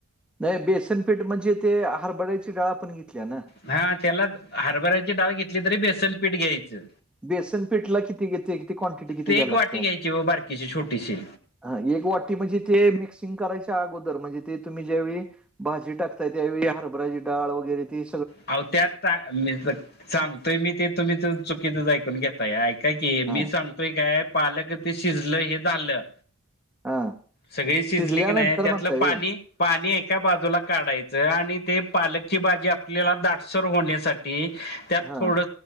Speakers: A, in the centre; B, on the left.
A: नाही बेसनपेठ म्हणजे ते आरबडायची डाळा पण घेतल्या ना
B: हा त्याला हरभराची डाळ घेतली तरी बेसनपीठ घ्यायचं
A: बेसन पीठला किती घेते किती क्वांटिटी किती
B: ते
A: घ्या
B: एक
A: लागते
B: वाटी घ्यायची व बारकीशी छोटीशी
A: हा एक वाटी म्हणजे ते मिक्सिंग करायच्या अगोदर म्हणजे ते तुम्ही ज्यावेळी भाजी टाकताय त्यावे हरभराची डाळ वगैरे ती
B: अ त्यात मी सांगतोय मी ते तुम्हीच चुकीचच ऐकून घेताय ऐकाय की
A: हा
B: मी सांगतोय काय पाल क ते शिजलं हे झालं
A: हा
B: सगळी शिजले
A: शिजल्यानंतर
B: की नाही त्यातलं
A: म्हणताय
B: पाणी
A: व्हय
B: पाणी एका बाजूला काढायचं आणि ते पालकची बाजी आपल्याला दाटसर होण्यासाठी त्यात
A: हा
B: थोड